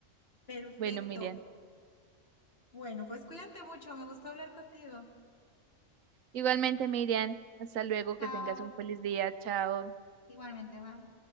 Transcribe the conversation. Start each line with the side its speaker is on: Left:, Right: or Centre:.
Left: Perfecto.
Right: Bueno, Miriam.
Left: Bueno, pues cuídate mucho. Me gustó hablar contigo.
Right: Igualmente, Miriam. Hasta luego,
Left: Chao.
Right: que tengas un feliz día. Chao.
Left: Igualmente, bye.